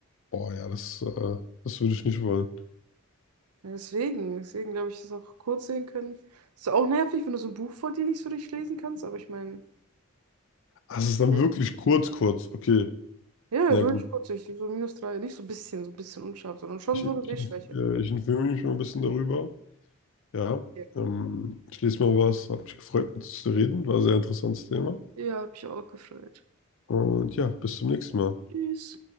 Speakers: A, on the left; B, on the right.
A: Boah, ja, das, äh, das würde ich nicht wollen.
B: Ja, Deswegen, deswegen glaube ich, dass auch kurz sehen können. Ist auch nervig, wenn du so ein Buch vor dir nicht so richtig lesen kannst, aber ich meine,
A: Ah, es ist dann
B: ja,
A: wirklich kurz, kurz. Okay.
B: ja,
A: Na
B: so
A: gut.
B: richtig kurzsichtig, so minus drei, nicht so ein bisschen, so ein bisschen unscharf, sondern schon
A: Ich,
B: so
A: ich,
B: eine Sehschwäche.
A: äh, ich informiere mich mal ein bisschen darüber. Ja,
B: Ja.
A: ähm, ich lese mal was, hat mich gefreut, mit dir zu reden. War ein sehr interessantes Thema.
B: Ja, hab ich auch gefreut.
A: Und ja, bis zum nächsten Mal.
B: Tschüss.